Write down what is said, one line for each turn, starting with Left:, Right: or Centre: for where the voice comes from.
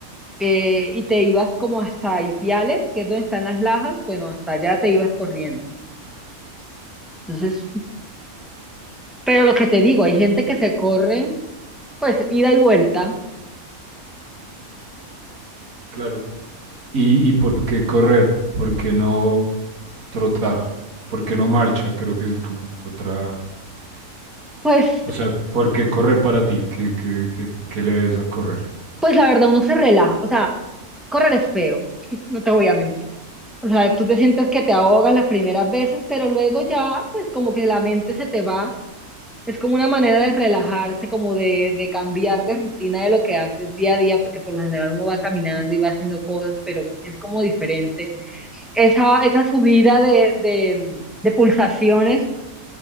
Centre: eh, y te ibas como hasta Ipiales, que es donde están las lajas. Bueno, hasta allá te ibas corriendo. Entonces, pero lo que te digo, hay gente que se corre, pues ida y vuelta,
Right: Claro. ¿Y, y por qué correr? ¿Por qué no trotar? ¿Por qué no marcha? Creo que es como otra...
Centre: pues,
Right: O sea, ¿por qué correr para ti? ¿Qué, qué- qué- qué le ves a correr?
Centre: pues la verdad uno se relaja. O sea, correr es feo, <laughs> no te voy a mentir. O sea, tú te sientes que te ahogas las primeras veces, pero luego ya, pues como que la mente se te va. Es como una manera de relajarse, como de, de cambiar de rutina de lo que haces día a día, porque por lo general uno va caminando y va haciendo cosas, pero es como diferente. Esa, esa subida de, de, de pulsaciones